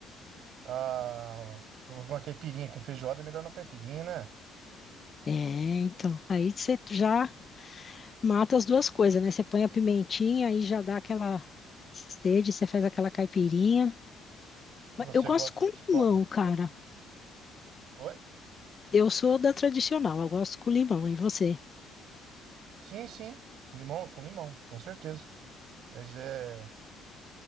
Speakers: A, on the right (about 70°); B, on the left (about 30°).
A: Ah, uma caipirinha com feijoada é melhor na caipirinha, né?
B: É, então. Aí você já mata as duas coisas, né? Você põe a pimentinha, aí já dá aquela sede, você faz aquela caipirinha.
A: E
B: Mas
A: Você
B: Eu gosto
A: gosta
B: com
A: de qual
B: limão,
A: mais?
B: cara.
A: Oi?
B: Eu sou da tradicional, eu gosto com limão. E você?
A: Sim, sim. Com limão, com limão, com certeza. Mas é.